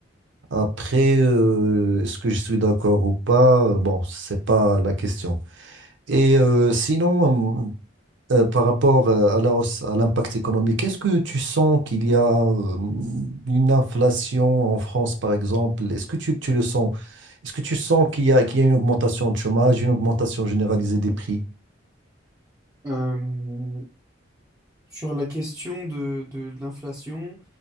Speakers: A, on the right (about 70°); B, on the right (about 15°).
A: Après, euh, est-ce que je suis d'accord ou pas? euh, Bon, c'est pas la question. Et euh, sinon, hum, euh, par rapport euh, à la hausse, à l'impact économique, est-ce que tu sens qu'il y a euh, une inflation en France, par exemple? Est-ce que tu, tu le sens? Est-ce que tu sens qu'il y a, qu'il y a une augmentation de chômage, une augmentation généralisée des prix?
B: Euh, Sur la question de, de, de l'inflation,